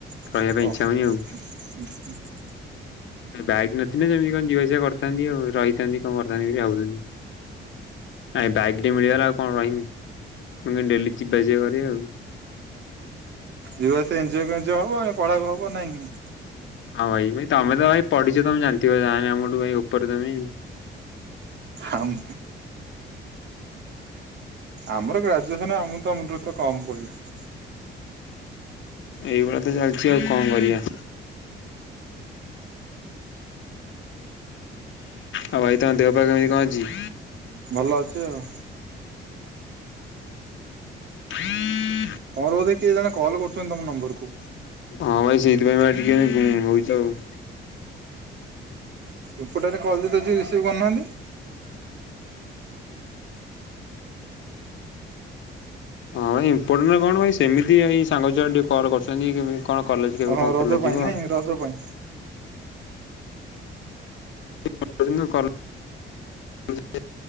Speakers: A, on the right; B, on the left.
A: ଓ
B: ରହିବା ପାଇଁ ଇଚ୍ଛା ହଉନି
A: ହୁଁ
B: ଆଉ
A: ହୁଁ
B: ବାଇକ୍ ନଥିଲେ ସେମିତି କଣ ଯିବା ଆସିବା କରିଥାନ୍ତି ଆଉ ରହିଥାନ୍ତି। କଣ କରିଥାନ୍ତି ବୋଲି ଭାବୁଥିଲି ଆ ବାଇକ୍ ମିଳିଗଲା ଆଉ କଣ ରହିମି। ମୁଁ କିନ୍ତୁ ଡେଲି ଯିବା ଆସିବା କରେ ଆଉ
A: ଯିବା ଆସିବା ଏଞ୍ଜେଓ କୁ ଏଞ୍ଜେଓ ହେବ ପଢାକୁ ହବ ନାହିଁଁ
B: ହଁ ଭାଇ ଭାଇ ତମେ ତ ଭାଇ ପଢିଛ ତମେ ଜାଣିଥିବ ଯାହା ଆମଠୁ ଭାଇ ଉପରେ ତମେ
A: ଆମ ଆମର ଗ୍ରାଜୁଏସନ ଆମେ ତମଠୁ ତ କମ୍ କହିବେ
B: ଏଇଭଳିଆ ତ ଚାଲିଛି ଆଉ କଣ କରିବା। ଆଉ ଭାଇ ତମ ଦେହ ପାଗ କେମିତି କଣ ଅଛି?
A: ଭଲ ଅଛି ଆଉ
B: <inaudible>
A: ତମର ବୋଧେ କିଏ ଜଣେ କଲ୍ କରୁଛନ୍ତି ତମ ନମ୍ବର କୁ
B: ହଁ ଭାଇ ସେଇଥିପାଇଁ ବା ଟିକେ ଘୁଁ ଘୁଁ ହଉଛି ଆଉ
A: ଇମ୍ପୋଟାଣ୍ଟ କଲ୍ ଯଦି ଅଛି ରିସିଭ୍ କରୁନାହାନ୍ତି।
B: ହଁ ଭାଇ ଇମ୍ପୋର୍ଟାଣ୍ଟ କଣ ଭାଇ ସେମିତି ଭାଇ ସାଙ୍ଗ ଛୁଆ ଟିକେ କଲ କରୁଛନ୍ତି କେବେ। କଣ କଲେଜ କେବେ
A: ହଁ
B: କଣ
A: ରଜ
B: ଖୋଲା
A: ପାଇଁ
B: ଯିବ।
A: ନାଇଁ ରଜ ପାଇଁ।
B: ମତେ କିନ୍ତୁ କଲେଜ